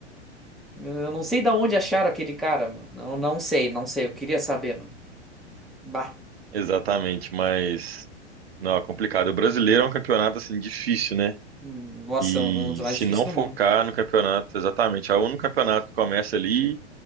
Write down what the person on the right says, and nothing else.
exatamente, mas... Não, é complicado. O brasileiro é um campeonato, assim, difícil, né?
E
se
não
focar
no campeonato, exatamente, é o único campeonato que começa ali